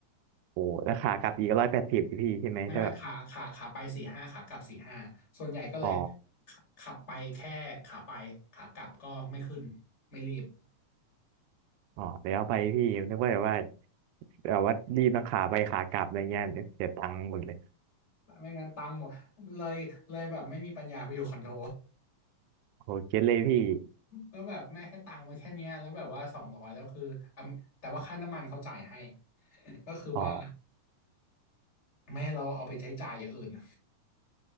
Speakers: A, on the right; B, on the left.
A: โอ้แล้วขากลับอีกร้อยแปดสิบพี่ใช่ไหมแต่แบบ
B: ไม่ไม่ขาขาขาไปสี่ห้าขากลับสี่ห้าส่วนใหญ่ก็เลย
A: อ๋อ
B: ขขับไปแค่ขาไปขากลับก็ไม่ขึ้นไม่รีบ
A: อ๋อแล้วไปพี่นึกว่าแบบว่าแบบว่ารีบทั้งขาไปขากลับอะไรเงี้ยเสียตังค์หมดเลย
B: ไม่งั้นตังค์หมดเลยเลยแบบไม่มีปัญญาไปอยู่คอนโด
A: โอ้เก็ตเลยพี่
B: แล้วแบบแม่ให้ตังค์มาแค่เนี้ยแล้วแบบว่าสองร้อยแล้วคืออ่ะแต่ว่าค่าน้ำมันเขาจ่ายให้ <laughs> ก็คือว่า
A: อ๋อ
B: แม่เราเอาไปใช้จ่ายอย่างอื่น <laughs>